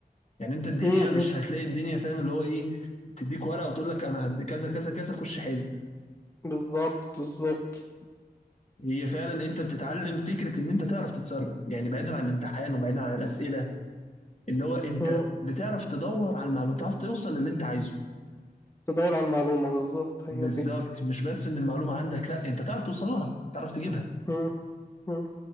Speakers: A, on the left; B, on the left.
A: يعني انت الدنيا
B: م-
A: مش
B: م.
A: هتلاقي الدنيا فاهم اللي هو ايه تديك ورقه وتقول لك انا هد كذا كذا كذا خش حل
B: بالظبط بالظبط
A: هي فعلا انت بتتعلم فكره ان انت تعرف تتصرف يعني بعيدا عن الامتحان وبعيدا عن الاسئله اللي هو انت
B: م.
A: بتعرف تدور على المعلومه بتعرف توصل للي انت عايزه
B: تدور على المعلومة بالظبط هي
A: بالظبط
B: دي
A: مش بس ان المعلومه عندك لا انت تعرف توصل لها تعرف تجيبها
B: م- م.